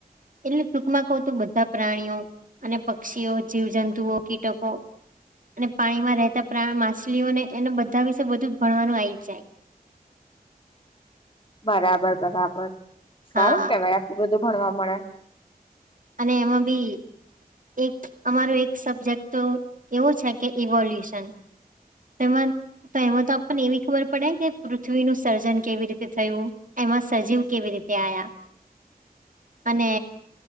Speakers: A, on the right; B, on the left.
A: એટલે ટૂંકમાં કહ તોું બધા પ્રાણીઓ અને પક્ષીઓ જીવજંતુઓ કીટકો અને પાણીમાં રહેતા પ્રાણ માછલીઓને એને બધા વિશે બધું ભણવાનું આવી જાય
B: બરાબર બરાબર સારું
A: હા
B: કેવાય આટલું બધું ભણવા મળે
A: અને એમાં બી એક અમારો એક સબ્જેક્ટ તો એવો છે કે ઇવોલ્યુશન તેમાં તો એમાં તો આપણને એવી ખબર પડે કે પૃથ્વીનું‌ સર્જન કેવી રીતે થયું? એમાં સજીવ કેવી રીતે આયા.
B: <inaudible>
A: અને